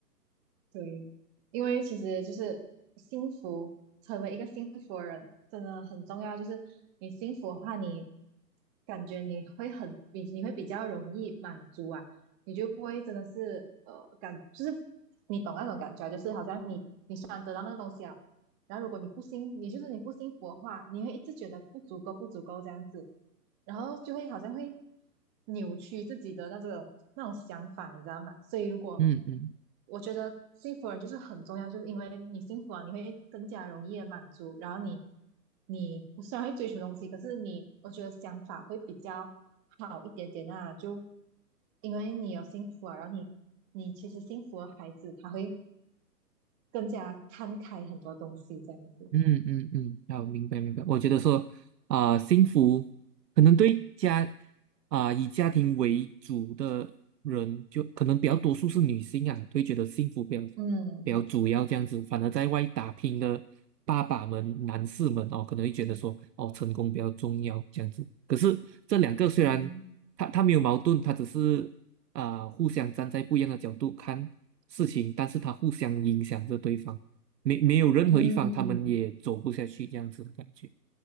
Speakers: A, on the right; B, on the right.
A: 对，因为其实就是幸福，成为一个幸福的人真的很重要。就是你幸福的话，你感觉你会很比你会比较容易满足啊，你就不会真的是呃感就是你懂那种感觉啊，就是好像你你虽然得到那个东西啊，然后如果你不幸你就是你不幸福的话，你会一直觉得不足够不足够这样子，然后就会好像会扭曲自己的那种那种想法，你知道吗？所以如果
B: 嗯嗯。
A: 我觉得幸福人就是很重要，就是因为你幸福了，你会更加容易的满足，然后你你虽然会追求东西，可是你我觉得想法会比较好一点点啊，就因为你有幸福啊，然后你你其实幸福的孩子他会更加看开很多东西这样子，
B: 嗯嗯嗯，好，明白明白。我觉得说，啊、幸福可能对家啊、以家庭为主的人，就可能比较多数是女性啊，会觉得幸福比较
A: 嗯
B: 比较主要这样子。反而在外打拼的爸爸们、男士们哦，可能会觉得说，哦，成功比较重要这样子。可是这两个虽然他他没有矛盾，
A: 嗯，
B: 他只是啊、互相站在不一样的角度看事情，但是他互相影响着对方。没没有任何一方他们也走不下去这样子的感觉。
A: 嗯。